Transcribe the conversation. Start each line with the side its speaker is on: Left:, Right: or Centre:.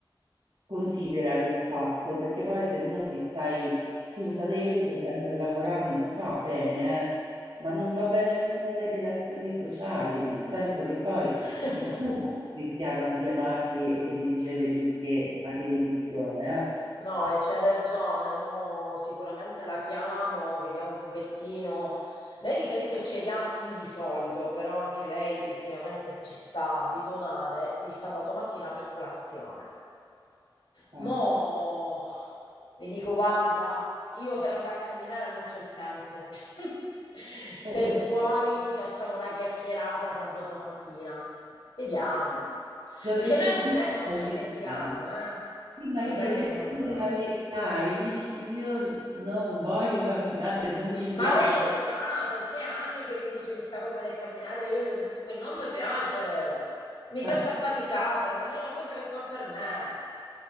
Right: Consideralo il fatto, perché poi se no ti stai chiusa dentro, sempre a lavorare, non ti fa bene, eh. Ma non fa bene nemmeno alle relazioni sociali, nel senso che poi
Left: <laughs>
Right: si stufa sta Cristiana di chiamarti e di ricevere picche a ripetizione,
Left: No, e c'hai ragione, mo sicuramente la chiamo, vediamo un pochettino. Noi di solito ci vediamo, di solito, però anche lei ultimamente ci sta a bidonare il sabato mattina per colazione.
Right: eh.
Left: Mo
Right: Eh.
Left: le dico, guarda, io per andare a camminare non c'ho il tempo. <laughs> Se
Right: <laughs>
Left: vuoi ci facciamo una chiacchierata sabato mattina. Vediamo.
Right: Dovresti
Left: Perché noi al telefono
Right: dire la
Left: ci
Right: verità.
Left: sentiamo, eh?
Right: Sì, ma
Left: Cioè
Right: gli
Left: non
Right: dovresti
Left: è che non...
Right: dire la verità e dici io non voglio camminare, non mi piace.
Left: Ma lei lo sa perché è anni che mi dice di sta cosa del camminare, io gli ho detto che non mi piace, mi sento
Right: <laughs>
Left: affaticata, non è una cosa che fa per me.